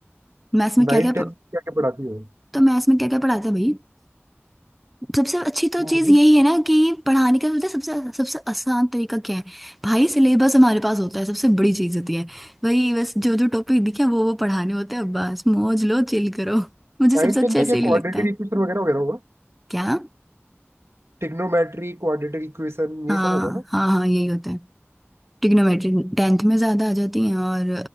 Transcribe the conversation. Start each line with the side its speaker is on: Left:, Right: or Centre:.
Centre: मैथ्स में क्या
Right: नाइन
Centre: क्या
Right: टेंथ में क्या क्या पढ़ाती हो
Centre: तो मैथ्स में क्या क्या पढ़ाते हैं भाई सबसे अच्छी तो
Right: मुझे
Centre: चीज यही है ना कि पढ़ाने का पता है सबसे सबसे आसान तरीका क्या है भाई सिलेबस हमारे पास होता है सबसे बड़ी चीज होती है वही बस जो जो टॉपिक दिखे वो वो पढ़ाने होते हैं बस मौज लो चिल करो मुझे सबसे
Right: नाइन
Centre: अच्छा
Right: टेंथ में
Centre: इसीलिए
Right: क्या क्वाड्रेटिक
Centre: लगता है
Right: इक्वेशन वगैरह वगैरह होगा
Centre: क्या
Right: ट्रिग्नोमेट्री क्वाड्रेटिक इक्वेशन ये
Centre: हाँ
Right: सब होगा ना
Centre: हाँ हाँ यही होता है ट्रिग्नोमेट्री टेंथ में ज्यादा आ जाती है और